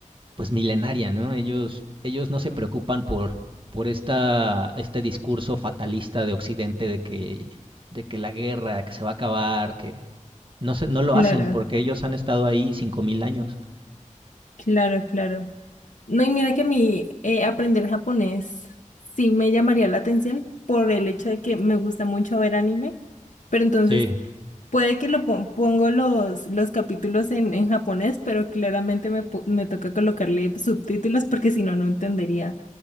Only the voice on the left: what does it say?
claro,
claro, claro. No, y mira que a mí eh, aprender japonés sí me llamaría la atención por el hecho de que me gusta mucho ver anime. Pero entonces
Puede que lo pon- pongo los, los capítulos en, en japonés, pero claramente me, po- me toca colocarle subtítulos porque si no, no entendería.